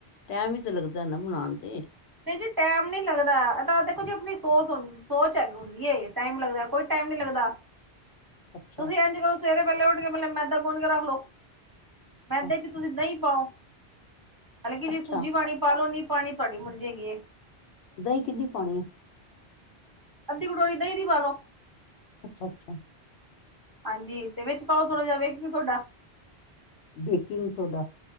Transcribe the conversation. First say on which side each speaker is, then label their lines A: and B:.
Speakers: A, on the left; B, on the right.
A: ਟਾਈਮ ਹੀ ਤੇ ਲੱਗਦਾ ਨਾ ਬਣਾਉਣ ਤੇ।
B: ਨਹੀਂ ਜੀ ਟੈਮ ਨੀ ਲੱਗਦਾ। ਇਹਦ ਦੇਖੋ ਜੀ ਆਪਣੀ ਸੋਚ ਹ ਸੋਚ ਹੈਗੀ ਹੁੰਦੀ। ਟਾਈਮ ਲੱਗਦਾ ਕੋਈ ਟਾਈਮ ਨੀ ਲੱਗਦਾ
A: ਅੱਛਾ
B: ਤੁਸੀਂ ਇੰਝ ਕਰੋ ਸਵੇਰੇ ਪਹਿਲੇ ਉੱਠ ਕੇ ਪਹਿਲੇ ਮੈਦਾ ਗੁਣ ਕੇ ਰੱਖ ਲਓ
A: ਅੱਛਾ
B: ਮੈਦੇ ਚ ਤੁਸੀਂ ਦਹੀਂ ਪਾਓ। ਹਲਕੀ
A: ਅੱਛਾ
B: ਜੀ ਸੂਜੀ ਪਾਣੀ ਪਾ ਲੋ ਨੀ ਪਾਣੀ ਤੁਹਾਡੀ ਮਰਜ਼ੀ ਹੈਗੀ ਏ
A: ਦਹੀਂ ਕਿੰਨੀ ਪਾਣੀ ਨੇ?
B: ਅੱਧੀ ਕਟੋਰੀ ਦਹੀਂ ਦੀ ਪਾਲੋ।
A: ਅੱਛਾ-ਅੱਛਾ।
B: ਹਾਂਜੀ ਤੇ ਵਿੱਚ ਪਾਓ ਥੋੜ੍ਹਾ ਜਿਹਾ ਬੇਕਿੰਗ ਸੋਡਾ
A: ਬੇਕਿੰਗ ਸੋਡਾ।